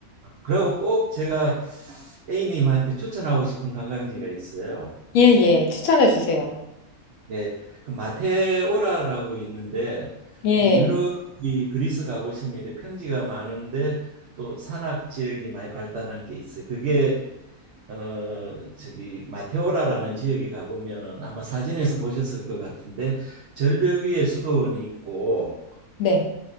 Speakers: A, on the right; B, on the left.
A: 그리고 꼭 제가 A님한테 추천하고 싶은 관광지가 있어요.
B: 예, 예. 추천해 주세요.
A: 네, 그 마테오라라고 있는데
B: 예.
A: 이제 유럽이 그리스 가보시면 이렇 평지가 많은데 또 산악 지역이 많이 발달한 게 있어요. 그게 어, 저기 마테오라라는 지역에 가보면은 아마 사진에서 보셨을 것 같은데 절벽 위에 수도원이 있고
B: 네.